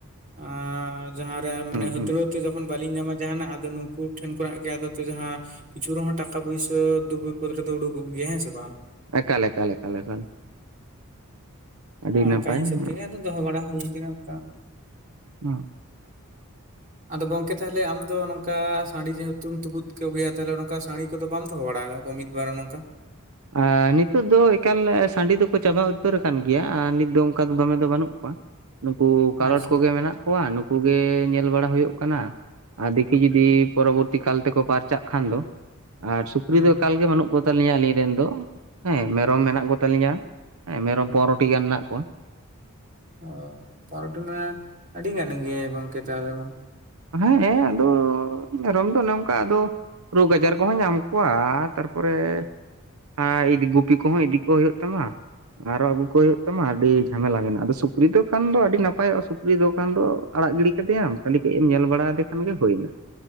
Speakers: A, on the right; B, on the right.
A: ᱟᱨᱻ ᱡᱟᱦᱟᱸᱨᱮ ᱢᱟᱱᱮ ᱦᱟᱹᱛᱲᱟᱹᱣ
B: ᱦᱩᱸ
A: ᱛᱮ ᱡᱚᱠᱷᱚᱱ ᱦᱟᱹᱛᱲᱟᱹᱣ ᱛᱮ ᱡᱚᱠᱷᱚᱱ ᱵᱟᱹᱞᱤᱧ ᱧᱟᱢᱟ ᱡᱟᱦᱟᱱᱟᱜ ᱟᱫᱚ ᱱᱩᱠᱩ ᱴᱷᱮᱱ ᱠᱷᱚᱱᱟᱜ ᱜᱮ ᱟᱫᱚ ᱛᱚ ᱡᱟᱦᱟᱸᱼᱼ ᱠᱤᱪᱷᱩ ᱨᱮᱦᱚ ᱴᱟᱠᱟ ᱯᱚᱭᱥᱟᱹ ᱫᱩᱠ ᱵᱤᱯᱚᱫ ᱨᱮᱫᱚ ᱩᱰᱩᱠᱚᱜ ᱜᱮᱭᱟ ᱦᱮᱸ ᱥᱮ ᱵᱟᱝ?
B: ᱮᱠᱟᱞ ᱮᱠᱟᱞ ᱮᱠᱟᱞ ᱮᱠᱟᱞ, ᱟᱹᱰᱤ ᱱᱟᱯᱟᱭ,
A: ᱚᱱᱠᱟ ᱦᱤᱥᱟᱹᱵ
B: ᱾
A: ᱛᱮᱜᱮ ᱟᱫᱚ ᱫᱚᱦᱚ ᱵᱲᱟᱟ ᱦᱳᱭ ᱟᱠᱟᱱᱟ ᱚᱱᱠᱟᱼᱼ
B: ᱦᱸ
A: <unintelligible> ᱟᱫᱚ ᱜᱚᱝᱠᱮ ᱛᱟᱦᱟᱞᱮ ᱟᱢ ᱫᱚ ᱱᱚᱝᱠᱟ ᱥᱟᱺᱰᱤ ᱡᱮᱦᱮᱛᱩᱢ ᱛᱩᱯᱩᱫ ᱠᱚᱜᱮᱭᱟ ᱛᱟᱦᱟᱞᱮ ᱱᱚᱝᱠᱟ ᱥᱟᱺᱤ ᱠᱚᱫᱚ ᱵᱟᱢ ᱫᱚᱦᱚ ᱵᱟᱲᱟ ᱟᱠᱟᱫ ᱠᱚᱣᱟ? ᱢᱤᱫ ᱵᱟᱨᱱᱚᱝᱠᱟᱼᱼ?
B: ᱟᱨ ᱱᱤᱛᱚᱜ ᱫᱚ ᱮᱠᱟᱞ ᱥᱟᱺᱰᱤ ᱫᱚᱠᱚ ᱪᱟᱵᱟ ᱼᱼ ᱛᱟᱹᱨ ᱟᱠᱟᱱ ᱜᱮᱭᱟ ᱟᱨ ᱱᱤᱛ ᱫᱚ ᱚᱱᱠᱟ ᱫᱚᱢᱮ ᱫᱚ ᱵᱟᱹᱱᱩᱜ ᱠᱚᱣᱟ᱾ ᱱᱩᱠᱩ ᱠᱟᱞᱚᱴ
A: ᱟᱪᱪᱷᱟ
B: ᱠᱚᱜᱮ ᱢᱮᱱᱟᱜ ᱠᱚᱣᱟ ᱱᱩᱠᱩ ᱜᱮ ᱧᱮᱞ ᱵᱟᱲᱟ ᱦᱩᱭᱩᱜ ᱠᱟᱱᱟ᱾ ᱟᱨ ᱫᱮᱠᱷᱤ ᱡᱚᱫᱤ ᱯᱚᱨᱚᱵᱚᱨᱛᱤ ᱠᱟᱞ ᱛᱮᱠᱚ ᱵᱟᱧᱪᱟᱜᱠᱷᱟᱱ ᱫᱚ ᱟᱨ ᱥᱩᱠᱨᱤ
A: ᱦᱩᱸ
B: ᱫᱚ ᱮᱠᱟᱞ ᱜᱮ ᱵᱟᱹᱱᱩᱜ ᱠᱚ ᱛᱟᱞᱤᱧᱟ᱾ ᱟᱹᱞᱤᱧ ᱨᱮᱱ ᱫᱚ ᱦᱮᱸ ᱢᱮᱨᱚᱢ ᱢᱮᱱᱟᱜ ᱠᱚ ᱛᱟᱞᱤᱧᱟ, ᱦᱮᱸ ᱢᱮᱨᱚᱢ ᱯᱚᱱᱨᱚᱴᱤ ᱜᱟᱱ ᱢᱮᱱᱟᱜ ᱠᱚᱣᱟ᱾
A: ᱚᱸ ᱯᱚᱱᱨᱚᱴᱤ ᱢᱟᱱᱮ ᱟᱹᱰᱤ ᱜᱟᱱ ᱜᱮ ᱜᱚᱝᱠᱮ ᱛᱟᱦᱚᱞᱮ ᱢᱟ?
B: ᱦᱮᱸᱮᱻ ᱟᱫᱚ ᱢᱮᱨᱚᱢ ᱫᱚ ᱚᱱᱮ ᱚᱱᱠᱟ ᱟᱫᱚ ᱨᱳᱜᱽ ᱟᱡᱟᱨ ᱠᱚᱦᱚᱸ ᱧᱟᱢ ᱠᱚᱣᱟ᱾ ᱟᱨ ᱛᱟᱨᱯᱚᱨᱮ ᱮᱸ ᱜᱩᱯᱤ ᱠᱚᱦᱚᱸ ᱤᱫᱤ ᱠᱚ ᱦᱩᱭᱩᱜ ᱛᱟᱢᱟ᱾ ᱟᱨᱚ ᱟᱹᱜᱩ ᱠᱚ ᱦᱩᱭᱩᱜ ᱛᱟᱢᱟ ᱟᱹᱰᱤ ᱡᱷᱟᱢᱮᱞᱟ ᱢᱮᱱᱟᱜᱼᱟ᱾ ᱟᱫᱚ ᱥᱩᱠᱨᱤ ᱫᱚ ᱠᱷᱟᱱ ᱫᱚ ᱟᱹᱰᱤ ᱱᱟᱯᱟᱭᱚᱜᱼᱟ, ᱥᱩᱠᱨᱤ ᱫᱚ ᱠᱷᱟᱱ ᱫᱚ ᱟᱲᱟᱜ ᱜᱤᱲᱤ ᱠᱟᱫᱮᱭᱟᱢ, ᱠᱷᱟᱞᱤ ᱠᱟᱹᱪ ᱮᱢ ᱧᱮᱞ ᱵᱟᱲᱟ ᱟᱫᱮ ᱠᱷᱟᱱ ᱜᱮ ᱦᱩᱭᱱᱟ᱾